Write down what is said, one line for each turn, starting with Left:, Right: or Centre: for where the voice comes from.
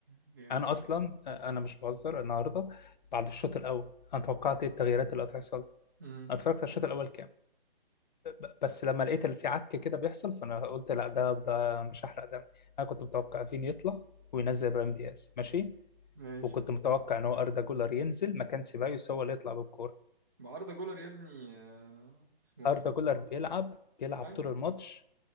Right: يعني انت
Left: انا اصلا انا مش بهزر النهارده بعد الشوط الاول انا توقعت ايه التغييرات اللي هتحصل
Right: امم
Left: انا اتفرجت على الشوط الاول كام ب- بس لما لقيت اللي في عك كده بيحصل فانا قلت لا ده ده مش هحرق دم انا كنت متوقع فين يطلع وينزل ابراهيم دياز ماشي
Right: ماشي
Left: وكنت متوقع ان هو اردا جولر ينزل مكان سيبايوس هو اللي يطلع بالكوره
Right: ما أردا جولر يا ابني آه، اسمه
Left: أردا
Right: ايه ده؟
Left: جولر بيلعب بيلعب
Right: اي
Left: طول الماتش